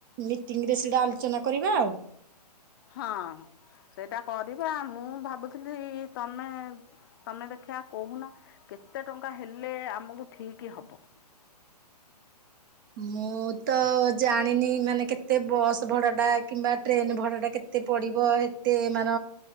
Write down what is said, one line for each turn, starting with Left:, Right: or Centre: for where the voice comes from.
Right: ମିଟିଂରେ ସେଇଟା ଆଲ ଚନା କରିବା ଆଉ।
Left: ହଁ ସେଇଟା କରିବା ମୁଁ ଭାବୁଥିଲି ତମେ ତମେ ଦେଖିବା କହୁନ, କେତେ ଟଙ୍କା ହେଲେ ଆମକୁ ଠିକ ହବ।
Right: ମୁଁ ତ ଜାଣିନି ମାନେ କେତେ ବସ୍ ଭଡ଼ାଟା କିମ୍ବା ଟ୍ରେନ୍ ଭଡ଼ାଟା କେତେ ପଡ଼ିବ? ଏତେ ମାନ